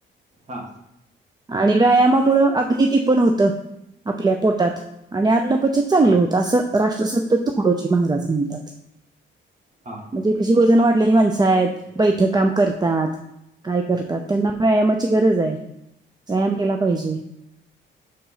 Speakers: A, on the right; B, on the right.
A: हा
B: आणि व्यायामामुळे अग्नि ती पण होतं आपल्या पोटात आणि अन्न क्वचित चांगलं
A: हा
B: होतं असं राष्ट्रसंत तुकडोजी महाराज म्हणतात.
A: हा
B: म्हणजे कशी वजन वाढलेली माणसं
A: बरोबर
B: आहेत
A: पाहिजे
B: बैठ
A: तू
B: काम करतात. काय करतात त्यांना व्यायामाची गरज आहे व्यायाम केला पाहिजे.